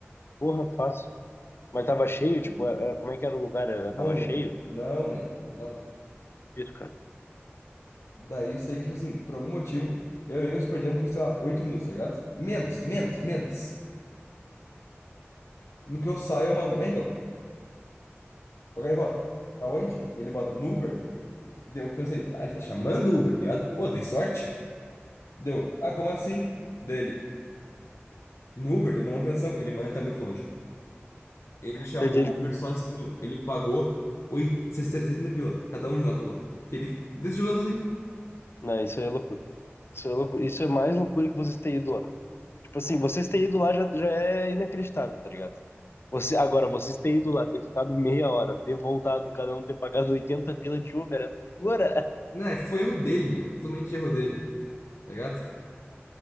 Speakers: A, on the left; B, on the left.
A: Porra, fácil. Mas tava cheio, tipo, é- é- como é que era o lugar? Era,
B: Não
A: tava cheio?
B: lembro, não lembro, não lembro.
A: Isso, cara.
B: Daí eu sei que, tipo assim, por algum motivo, eu e o Engels perdemos por, sei lá, 8 minutos, tá ligado? Menos, menos, menos. No que eu saio, eu mando, Engel, o gaivota, pra onde? Ele bota no Uber. Deu, eu pensei, tá, ele tá chamando o Uber, tá ligado? Pô, dei sorte. Deu, ah, como assim? Dele, no Uber, deu uma localização. Ele, mano, ele tá muito longe. Ele chamou
A: Entendi, ele-
B: o Uber sozinho. Ele pagou 8, 70 pila. Cada um de nós pagou. Que ele decidiu usar sozinho.
A: Não, isso aí é loucura. Isso é loucura. Isso é mais loucura que vocês terem ido lá. Tipo assim, vocês terem ido lá já, já é inacreditável, tá ligado? Você, agora, vocês terem ido lá, ter ficado meia hora, ter voltado e cada um ter pagado 80 pila de Uber, é loucura.
B: Né, que foi erro dele, meu. Totalmente erro dele, tá ligado?